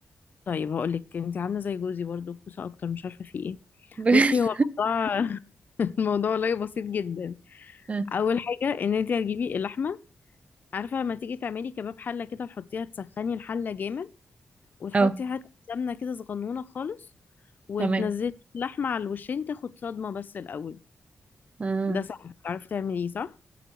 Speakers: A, on the left; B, on the right.
A: طيب هقول لك انت عامله زي جوزي برضو الكوسه اكتر مش عارفه في ايه
B: بجد
A: بصي هو الموضوع <laughs> الموضوع والله بسيط جدا
B: <laughs>
A: اول حاجه ان انت هتجيبي اللحمه عارفه لما تيجي تعملي كباب حله كده تحطيها تسخني الحله جامد وتحطي
B: اه
A: حته سمنه كده صغنونه خالص وتنزلي
B: تمام
A: اللحمه على الوشين تاخد صدمه بس الاول
B: مم.
A: ده سهل تعرفي تعمليه صح